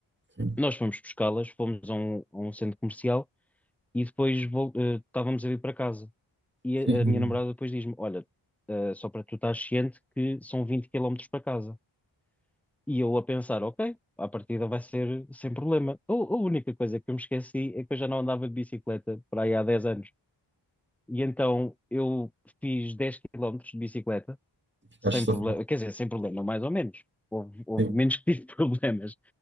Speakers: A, on the right (about 25°); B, in the centre.
A: sim.
B: Nós fomos buscá-las, fomos a um, a um centro comercial e depois vol- eh, estávamos a vir para casa. E
A: Sim,
B: a,
A: sim.
B: a minha namorada depois diz-me: Olha, eh, só para tu estar ciente que são 20 quilómetros para casa. E eu a pensar: Ok, à partida vai ser sem problema. A, a única coisa que eu me esqueci é que eu já não andava de bicicleta para aí há 10 anos. E então eu fiz 10 quilómetros de bicicleta, sem
A: Acho que estou
B: problema,
A: a falar.
B: quer dizer, sem problema, mais ou menos. Houve, houve
A: Sim.
B: menos que tive <laughs> problemas.